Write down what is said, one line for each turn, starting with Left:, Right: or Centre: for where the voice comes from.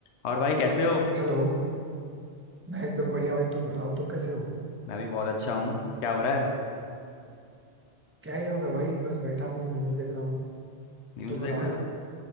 Left: और भाई कैसे हो
Right: हेलो मैं एकदम बढ़िया भाई तुम बताओ तुम कैसे हो
Left: मैं भी बहुत अच्छा हूँ क्या हो रहा है
Right: क्या ही होगा भाई बस बैठा हूँ न्यूज देख रहा हूँ
Left: न्यूज़
Right: तुम बताओ
Left: देख रहे हो